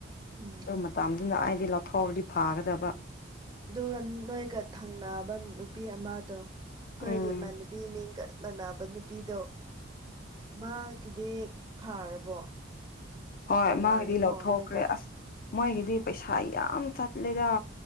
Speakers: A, on the right (about 20°); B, on the left (about 45°).
A: ꯎꯝ
B: ꯑꯗꯨ ꯃꯇꯗꯨꯅ ꯑꯩꯗꯤ ꯂꯧꯊꯣꯛ ꯐꯎꯗꯤ ꯐꯥꯒꯗꯕ
A: ꯑꯗꯨꯒ ꯅꯣꯏꯒ ꯊꯪꯅꯕ ꯅꯨꯄꯤ ꯑꯃꯗꯣ ꯑꯩꯈꯣꯏꯒꯤ
B: ꯎꯝ
A: ꯏꯃꯅꯕꯤ ꯃꯤꯡꯒ ꯃꯅꯥꯕ ꯅꯨꯄꯤꯗꯣ ꯃꯥꯒꯤꯗꯤ ꯐꯥꯔꯕꯣ
B: ꯍꯣꯏ
A: ꯇꯣꯡꯉꯥꯜꯂꯤꯀꯣ
B: ꯃꯥꯒꯤꯗꯤ ꯂꯧꯊꯣꯛꯈ꯭ꯔꯦ
A: ꯅꯣꯏꯒ
B: ꯑꯁ ꯃꯣꯏꯒꯤꯗꯤ ꯄꯩꯁꯥ ꯌꯥꯝ ꯆꯠꯂꯦꯗ